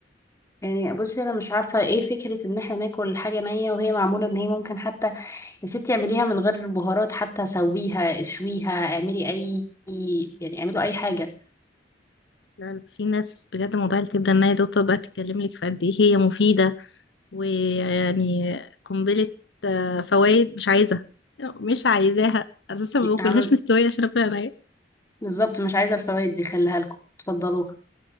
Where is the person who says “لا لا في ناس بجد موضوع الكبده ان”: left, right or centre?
Left